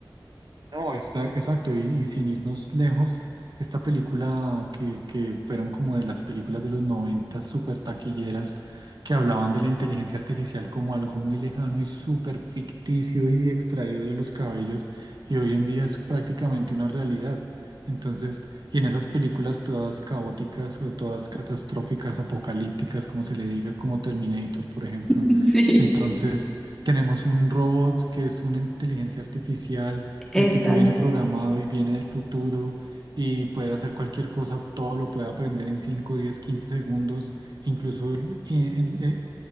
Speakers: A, on the right (about 65°); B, in the centre.
A: No, es que- exacto, y, y sin irnos lejos, esta película que, que fueron como de las películas de los 90 súper taquilleras, que hablaban de la inteligencia artificial como algo muy lejano y súper ficticio y extraído de los cabellos, y hoy en día es prácticamente una realidad. Entonces, y en esas películas todas caóticas o todas catastróficas, apocalípticas, como se le diga, como Terminator, por ejemplo.
B: <laughs> Sí.
A: Entonces, tenemos un robot que es una inteligencia artificial
B: Exacto.
A: y el tipo viene programado y viene del futuro y puede hacer cualquier cosa, todo lo puede aprender en 5, 10, 15 segundos. Incluso el- el- eh,